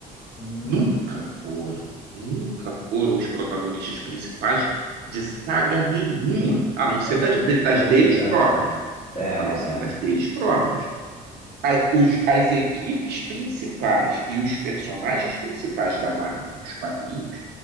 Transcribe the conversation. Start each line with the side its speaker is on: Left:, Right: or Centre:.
Left: Hum,
Right: Nunca foram, nunca foram os protagonistas principais de saga nenhuma, a não ser
Left: essa
Right: das,
Left: é
Right: de-
Left: onde
Right: das
Left: tu vai
Right: deles
Left: chegar
Right: próprias,
Left: já. É, é,
Right: a não ser
Left: é.
Right: das deles próprias. As, os- as equipes principais e os personagens principais da Marvel, os quadrinhos,